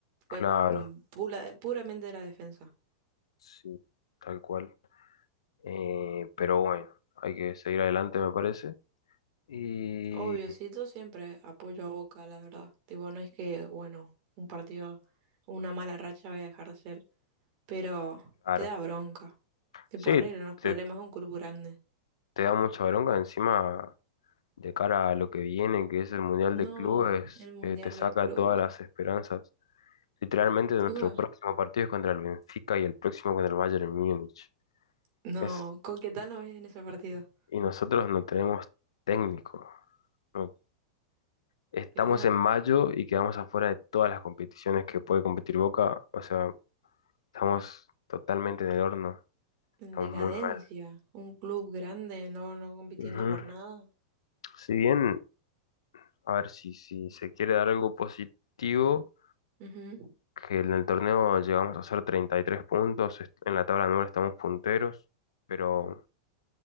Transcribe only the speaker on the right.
fue mm, pura- puramente de la defensa.
Obvio, sí, yo siempre apoyo a Boca, la verdad. Tipo, no es que, bueno, un partido, una mala racha voy a dejar de ser, pero
te da bronca. Tipo,
arreglan los
problemas de un club grande.
No,
el mundial
del club.
Encima,
no,
¿con qué tal no ves en ese partido?
Peor,
En
decadencia,
un club grande, no, no compitiendo
por nada.
Ujú.